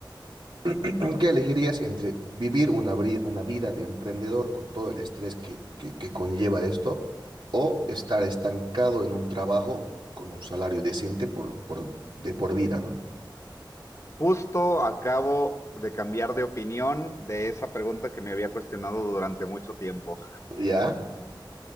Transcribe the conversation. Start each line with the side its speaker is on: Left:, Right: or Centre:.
Right: <clears throat> ¿Qué elegirías entre vivir una, bri- una vida de emprendedor con todo el estrés que, que- que conlleva esto o estar estancado en un trabajo con un salario decente por, por- de por vida, ¿no?
Left: Justo acabo de cambiar de opinión de esa pregunta que me había cuestionado durante mucho tiempo.
Right: ¿Ya?